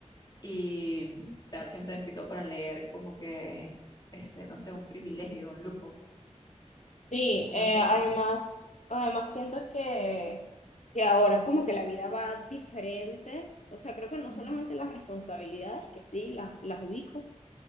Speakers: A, on the left; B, on the left.
A: y darse un tempito para leer como que es, este, no sé, un privilegio, un lujo,
B: Sí,
A: un
B: eh,
A: alto
B: además,
A: lujo.
B: además siento que, que ahora como que la vida va diferente. O sea, creo que no
A: Mm.
B: solamente las responsabilidades, que sí, las, las ubico,